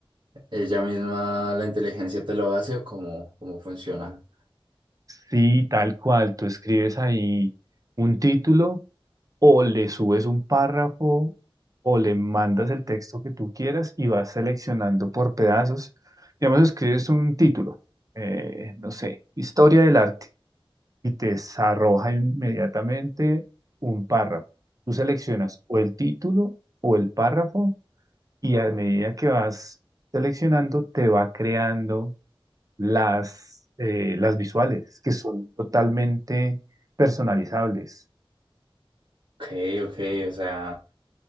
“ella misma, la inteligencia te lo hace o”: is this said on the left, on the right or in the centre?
Right